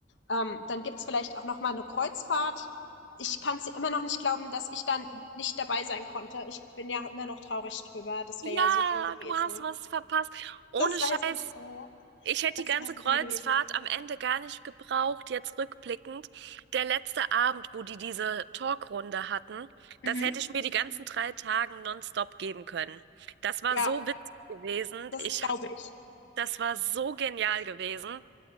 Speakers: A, on the left; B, on the right.
A: Ähm, dann gibt's vielleicht auch noch mal eine Kreuzfahrt. Ich kann's dir immer noch nicht glauben, dass ich dann nicht dabei sein konnte. Ich bin ja immer noch traurig drüber. Das
B: Ja,
A: wäre ja so cool gewesen.
B: du hast was verpasst. Ohne
A: Das weiß
B: Scheiß.
A: ich. Oh,
B: Ich hätte
A: das
B: die ganze
A: wäre so
B: Kreuzfahrt
A: geil gewesen.
B: am Ende gar nicht gebraucht, jetzt rückblickend. Der letzte Abend, wo die diese Talkrunde hatten,
A: Mhm.
B: das hätte ich mir die ganzen drei Tagen nonstop geben können. Das war
A: Ja,
B: so witzig gewesen.
A: das
B: Ich
A: glaube
B: hab,
A: ich.
B: das war so genial gewesen.